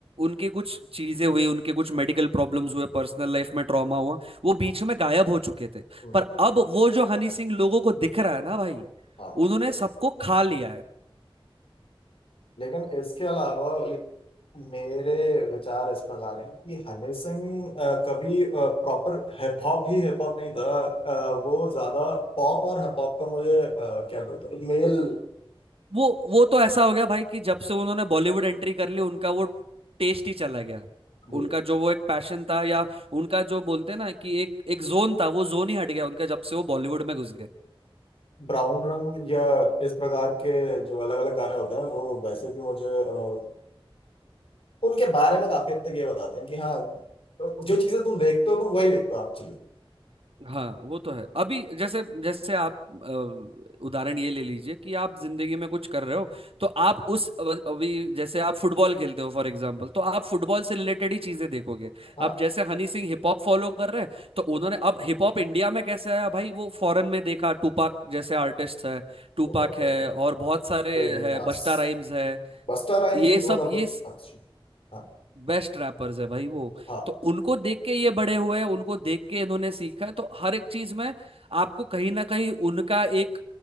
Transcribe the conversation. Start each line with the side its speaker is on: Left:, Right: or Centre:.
Right: उनके कुछ चीजें हुई उनके कुछ मेडिकल प्रॉब्लम्स हुए पर्सनल लाइफ में ट्रॉमा हुआ वो बीच में गायब हो चुके थे
Left: हम्म,
Right: पर अब वो जो हनी सिंह लोगों को दिख रहा है ना भाई
Left: हाँ
Right: उन्होंने सबको खा लिया है
Left: लेकिन इसके अलावा लाइक मेरे विचार इस प्रकार हैं कि हनी सिंह अ, कभी प्रॉपर हिप हॉप ही हिप हॉप नहीं था अ, वो ज्यादा पॉप और हिप हॉप का मुझे अ, क्या बोलते हैं मेल
Right: वो वो तो ऐसा हो गया भाई कि जब से उन्होंने बॉलीवुड एंट्री कर ली उनका वो टेस्ट ही चला गया
Left: ये
Right: उनका जो वो एक पैशन था या उनका जो बोलते हैं ना कि एक एक जोन था वो जोन ही हट गया उनका जब से वो बॉलीवुड में घुस गए
Left: ब्राउन रंग या इस प्रकार के जो अलग अलग गाने होते हैं वो वैसे भी मुझे अ, उनके बारे में काफी हद तक ये बताते हैं कि हाँ जो चीजें तुम देखते हो तुम वही देखते हो एक्चुअली
Right: हाँ वो तो है अभी जैसे जैसे आप अ, उदाहरण ये ले लीजिए कि आप जिंदगी में कुछ कर रहे हो तो आप उस अव- अभी जैसे आप फुटबॉल खेलते हो फॉर एग्जांपल तो आप फुटबॉल से रिलेटेड ही चीजें देखोगे
Left: हाँ
Right: अब जैसे Honey Singh hip hop follow कर रहे हैं तो उन्होंने अब हिप हॉप इंडिया में कैसे आया भाई वो फॉरेन में देखा टूपाक जैसे आर्टिस्ट है टूपाक
Left: तो
Right: है और बहुत सारे
Left: Biggie
Right: है
Left: Nas
Right: बस्ता राइम्स है
Left: Busta Rhymes
Right: ये
Left: was
Right: सब
Left: one of
Right: ये
Left: the
Right: बेस्ट रैपर्स है भाई वो
Left: हाँ
Right: तो उनको देख के ये बड़े हुए हैं उनको देख के इन्होंने सीखा है तो हर एक चीज में आपको कहीं ना कहीं उनका एक